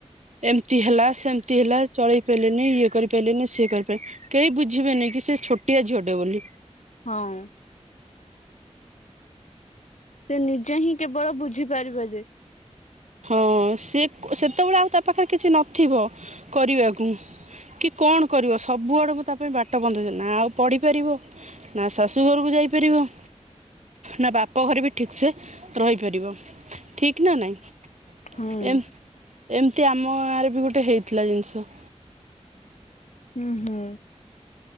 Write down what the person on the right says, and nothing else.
ଏମିତି ହେଲା ସେମିତି ହେଲା ଚଳେଇ ପାରିଲେନି ଇଏ କରିପ ପାରିଲେନି ସିଏ କରିପାରି। କେହି ବୁଝିବେନି କି ସେ ଛୋଟିଆ ଝିଅଟେ ବୋଲି।
ହଁ ସେ ସେତେବେଳେ ଆଉ ତା ପାଖରେ କିଛି ନଥିବ କରିବାକୁ। କି କଣ କରିବ ସବୁ ଆଡକୁ ତା ପାଇଁ ବାଟ ବନ୍ଦ ହେଇଯିବ ନା ଆଉ ପଢିପାରିବ ନା ଶାଶୁ ଘରକୁ ଯାଇପାରିବ ନା ବାପ ଘରେ ବି ଠିକ୍ ସେ ରହିପାରିବ ଠିକ୍ ନା ନାଇଁ।
ଏମ୍ ଏମିତି ଆମ ଗାଁରେ ବି ଗୋଟେ ହେଇଥିଲା ଜିନିଷ।